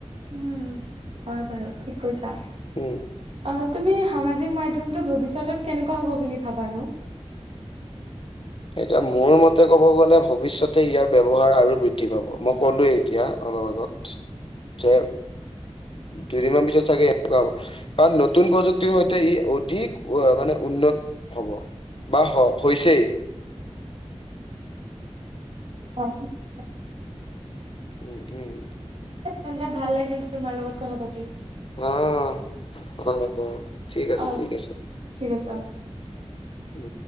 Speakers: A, on the right; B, on the left.
A: উম, হয় বাৰু ঠিক কৈছা।
B: উম।
A: অ', তুমি সামাজিক মাধ্যমটো ভৱিষ্যতত কেনেকুৱা হ'ব বুলি ভাবানো?
B: এতিয়া মোৰ মতে ক'ব গ'লে ভৱিষ্যতে ইয়াৰ ব্যৱহাৰ আৰু বৃদ্ধি পাব, মই ক'লোৱেই এতিয়া, অলপ আগত। যে আ, দুইদিনমান পিছত চাগে। হ'ব, কাৰণ নতুন প্ৰযুক্তিৰ সৈতে ই অধিক মানে উন্নত হ'ব। বা হ-হৈছেই।
A: <inaudible>
B: উম, উম।
A: তেন্তে, ভাল লাগিল তোমাৰ লগত কথা পাতি।
B: অ, <unintelligible> ঠিক আছে,
A: অ
B: ঠিক আছে।
A: ঠিক আছে অ।
B: উম